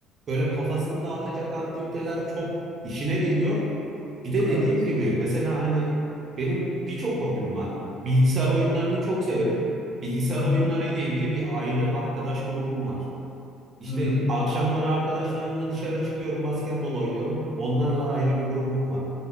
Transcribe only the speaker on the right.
böyle kafasını dağıtacak aktiviteler çok işine geliyor. Bir de
dediğim gibi mesela hani benim birçok hobim var. Bilgisayar oyunlarını çok severim. Bilgisayar
oyunları ile ilgili bir ayrı arkadaş grubum var. İşte
akşamları arkadaşlarımla dışarı çıkıyorum, basketbol oynuyorum. Onlarla ayrı bir grubum var.